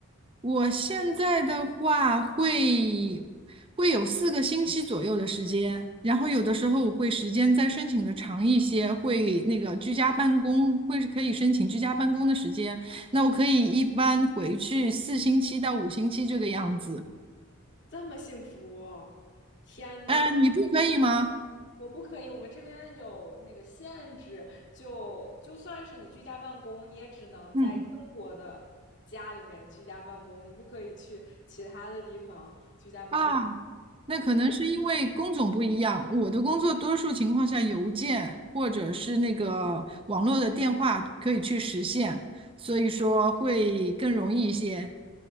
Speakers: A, on the right; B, on the left.
A: 我现在的话会会有四个星期左右的时间，然后有的时候我会时间再申请的长一些，会那个居家办公，会是可以申请居家办公的时间。那我可以一般回去四星期到五星期这个样子。
B: 这么幸福哦天呐！
A: 嗯，你不可以吗？
B: 我不可以，我们这边有那个限制，就就算是你居家办公，你也只能在英国的家里面居家办公，
A: 嗯。
B: 你不可以去其他的地方居家办公。
A: 啊，那可能是因为工种不一样。我的工作多数情况下，邮件或者是那个网络的电话可以去实现，所以说会更容易一些。